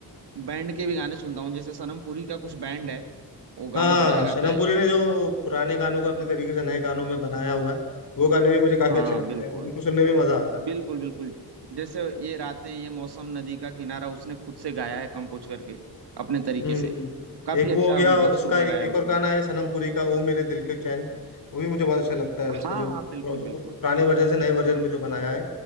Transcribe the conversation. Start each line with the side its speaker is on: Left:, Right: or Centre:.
Right: बैंड के भी गाने सुनता हूँ जैसे सनम पुरी का कुछ बैंड है वो गाना
Left: हाँ
Right: बढ़िया गाता
Left: सनम
Right: है
Left: पुरी ने जो पुराने गानों को अपने तरीके से नए गानों में बनाया हुआ है वो गाने भी मुझे काफी
Right: हाँ
Left: अच्छे लगते
Right: बिल्कुल
Left: हैं उनको सुनने में मजा आता है
Right: बिल्कुल बिल्कुल जैसे ये रातें ये मौसम नदी का किनारा उसने खुद से गाया है कंपोज करके अपने तरीके
Left: हम्म
Right: से काफी
Left: एक
Right: अच्छा
Left: वो हो गया
Right: मतलब
Left: उसका
Right: सुर
Left: एक
Right: लगाया है
Left: एक
Right: उसने
Left: और गाना है सनम पुरी का ओ मेरे दिल के चैन वो भी मुझे बहुत अच्छा लगता है उसने
Right: हाँ
Left: जो उस,
Right: हाँ बिल्कुल बिल्कुल
Left: उस पुराने वर्जन से नए वर्जन में जो बनाया है